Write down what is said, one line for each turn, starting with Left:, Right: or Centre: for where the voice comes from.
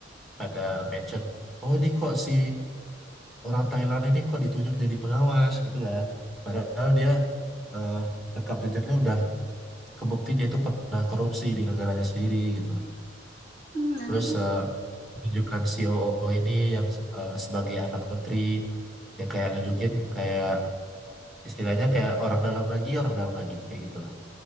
Centre: pada mention oh ini kok si orang Thailand ini kok ditunjuk jadi pengawas gitu kan padahal dia eh, rekam jejaknya udah kebukti dia itu pernah korupsi di negaranya sendiri gitu lah
Left: Mmm, aneh
Centre: terus
Left: juga.
Centre: eh, tunjukkan COO ini yang eh, sebagai anak menteri yang kayak nunjukin kayak istilahnya kayak orang dalam lagi orang dalam lagi kayak gitulah